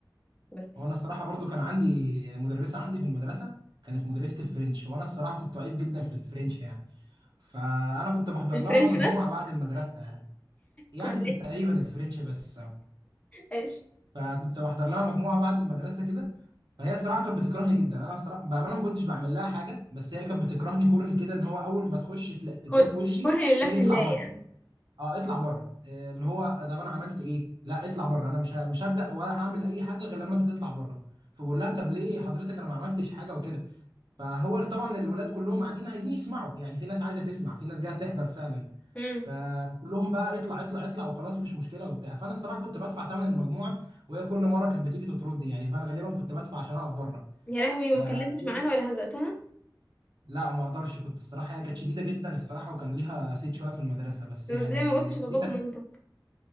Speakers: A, on the left (about 15°); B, on the right (about 70°).
A: بس
B: هو انا الصراحه برضو كان عندي مدرسه عندي في المدرسه كانت مدرسه الفرنش وانا الصراحه كنت ضعيف جدا في الفرنش يعني فانا كنت بحضر
A: الفرنش
B: لها مجموعه
A: بس
B: بعد المدرسه يعني يعني
A: كنت بقيت
B: تقريبا الفرنش بس أهو.
A: ايش
B: فكنت بحضر لها مجموعه بعد المدرسه كده فهي الصراحه كانت بتكرهني جدا انا الصراحه بامانه ما كنتش بعمل لها حاجه بس هي كانت بتكرهني كره كده ان هو اول ما تخش تلا- تشوف
A: كره
B: وشي
A: لله
B: تقول لي
A: في
B: اطلع
A: لله
B: بره
A: يعني
B: اه اطلع بره إيه اللي هو ده انا عملت ايه لا اطلع بره انا مش ه- مش هبدا ولا هعمل اي حاجه غير لما انت تطلع بره فبقول لها طب ليه حضرتك انا ما عملتش حاجه وكده فهو طبعا الولاد كلهم قاعدين عايزين يسمعوا يعني في ناس عايزه تسمع في ناس جايه تحضر فعلا
A: امم
B: فكلهم بقى اطلع اطلع اطلع وخلاص مش مشكله وبتاع فانا الصراحه كنت بدفع ثمن المجموعه وهي كل مره كانت بتيجي تطردني يعني فانا غالبا كنت بدفع عشان اقف بره
A: يا لهوي
B: ف
A: وما
B: <laughs>
A: اتكلمتش معاها ولا هزقتها
B: لا ما اقدرش كنت الصراحه هي كانت شديده جدا الصراحه وكان ليها صيت شويه في المدرسه بس
A: لو
B: يعني
A: زي ما قلتش
B: دي
A: لباباك
B: كانت
A: ومامتك